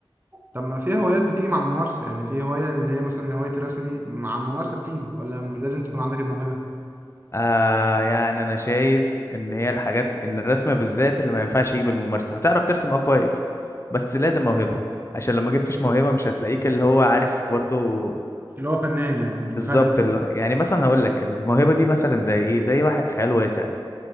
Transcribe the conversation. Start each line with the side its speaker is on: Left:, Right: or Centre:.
Right: طب ما في هوايات بتيجي مع الممارسه يعني في هوايه اللي هي مثلا هوايه الرسم دي مع الممارسه بتيجي ولا لازم تكون عندك الموهبه
Left: آه يعني انا شايف ان هي الحاجات ان الرسم بالذات اللي ما ينفعش يجي بالممارسه هتعرف ترسم اه كويس بس لازم موهبه عشان لو ما جبتش موهبة مش هتلاقيك اللي هو عارف برضو
Right: اللي هو فنان يعني بتفنن
Left: بالظبط
Right: في
Left: ال-
Right: الفن
Left: يعني مثلا هقول لك الموهبة دي مثلا زي ايه زي واحد خيال واسع